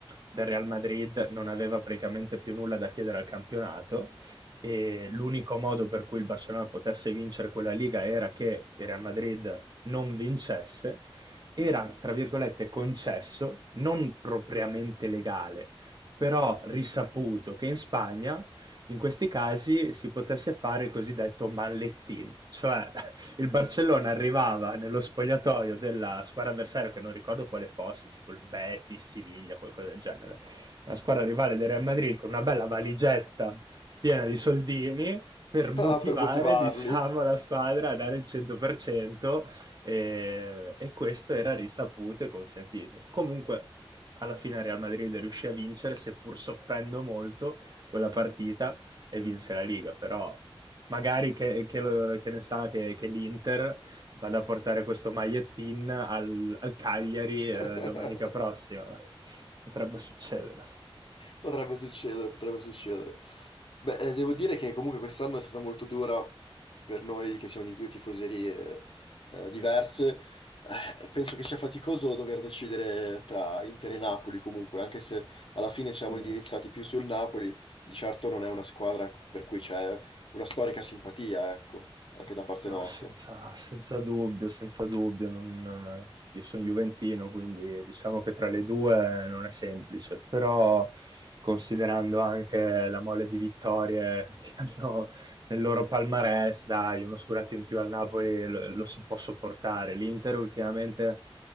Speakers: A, on the right (about 45°); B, on the left (about 65°).
A: del Real Madrid non aveva praticamente più nulla da chiedere al campionato, e l'unico modo per cui il Barcellona potesse vincere quella Liga era che il Real Madrid non vincesse, era, tra virgolette, concesso, non propriamente legale, però risaputo che in Spagna in questi casi si potesse fare il cosiddetto mallettin, cioè <laughs> il Barcellona arrivava nello spogliatoio della squadra avversaria, che non ricordo quale fosse, tipo il Betis, Siviglia, qualcosa del genere, una squadra rivale del Real Madrid con una bella valigetta piena di soldini per motivare,
B: Ah, per motivarli.
A: diciamo, la squadra a dare il 100% e, e questo era risaputo e consentito. Comunque, alla fine Real Madrid riuscì a vincere, seppur soffrendo molto quella partita, e vinse la Liga, però magari che, che lo- che ne sa che, che l'Inter vada a portare questo magliettin al, al Cagliari
B: <laughs>
A: eh, domenica prossima. <laughs> Potrebbe succedere.
B: Potrebbe succedere, potrebbe succedere. Beh, eh, devo dire che comunque quest'anno è stata molto dura per noi che siamo di due tifoserie eh, eh, diverse. Eh, penso che sia faticoso dover decidere tra Inter e Napoli comunque, anche se alla fine
A: Sì.
B: siamo indirizzati più sul Napoli, di certo non è una squadra per cui c'è una storica simpatia, ecco, anche da parte
A: No,
B: nostra.
A: senza, senza dubbio, senza dubbio. non- Io sono juventino, quindi diciamo che tra le due non è semplice, però considerando anche la mole di vittorie <laughs> che hanno, nel loro palmarès, dai, uno scudetto in più al Napoli lo, lo si può sopportare. L'Inter ultimamente